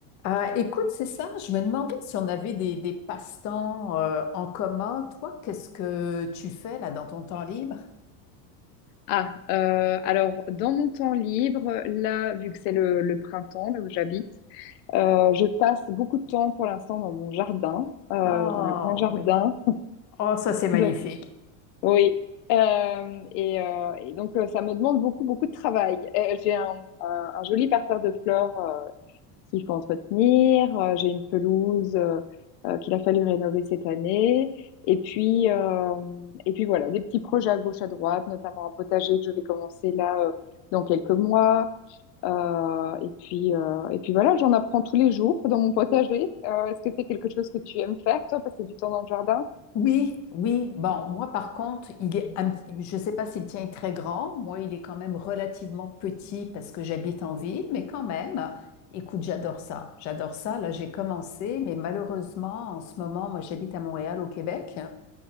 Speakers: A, on the left; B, on the left.
A: Euh, écoute, c'est ça. Je me demandais si on avait des, des passe-temps euh, en commun. Toi, qu'est-ce que tu fais là dans ton temps libre?
B: Ah, euh, alors dans mon temps libre, là, vu que c'est le, le printemps, là où j'habite, euh, je passe beaucoup de temps pour l'instant dans mon jardin. Euh,
A: Oh
B: j'ai un grand jardin.
A: oui. Oh, ça c'est magnifique.
B: Donc, oui. Euh, et, euh, et donc, euh, ça me demande beaucoup, beaucoup de travail. Euh, j'ai un, un, un joli parterre de fleurs euh, qu'il faut entretenir. Euh, j'ai une pelouse euh, euh, qu'il a fallu rénover cette année. Et puis, euh, et puis voilà, des petits projets à gauche, à droite, notamment un potager que je vais commencer là euh, dans quelques mois. Euh, et puis, euh, et puis voilà, j'en apprends tous les jours dans mon potager. Euh, est-ce que c'est quelque chose que tu aimes faire, toi, passer du temps dans le jardin?
A: Oui, oui. Bon, moi par contre, il est un petit- je ne sais pas si le tien est très grand. Moi, il est quand même relativement petit parce que j'habite en ville, mais quand même, écoute, j'adore ça. J'adore ça. Là, j'ai commencé, mais malheureusement, en ce moment, moi j'habite à Montréal, au Québec.